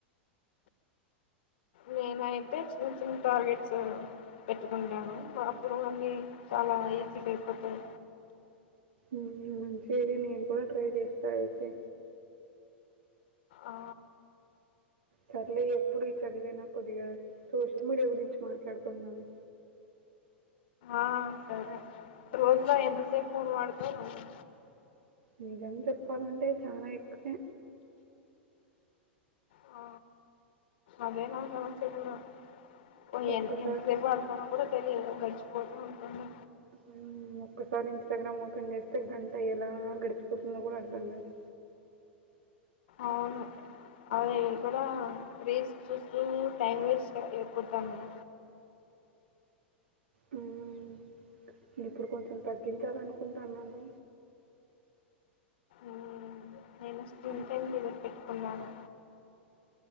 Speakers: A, on the left (about 65°); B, on the right (about 70°).
A: నేనయితే చిన్న చిన్న టార్గెట్స్ పెట్టుకుంటాను మాప్పుడు అన్ని చాలా ఆ ఈజీగా అయిపోతది
B: ఉ మంచిది నేను కూడా ట్రై చేస్తా అయితే
A: ఆ
B: సర్లే ఎప్పుడు ఈ చదువేనా కొద్దిగా సోషల్ మీడియా గురించి మాట్లాడుకుందాము
A: ఆ సరే రోజులో ఎంతసేపు ఫోన్ వాడుతవు నువ్వు
B: నిజం చెప్పాలంటే చాలా ఎక్కువే
A: ఆ అదే నా సమస్య కూడా పోనీ
B: ఒక్కసారి
A: ఎంత ఎంత సేపు పడుతదొ కూడా పెరి గడిచిపోతూ ఉంటుంది
B: ఊ ఒక్కసారి ఇన్స్టాగ్రామ్ ఓపెన్ చేస్తే గంట ఎలా గడిచిపోతుందో కూడా అర్థం కాదు
A: అవును అవును నేను కూడా రీల్స్ చూస్తూ టైమ్ వేస్ట్ అయిపోతాంది
B: హ్మ్. ఇప్పుడు కొంచెం తగ్గించాలనుకుంటాన్నాను
A: మ్మ్. నేను స్క్రీన్
B: హ్మ్.
A: టైం డెలిర్ పెట్టుకున్నాను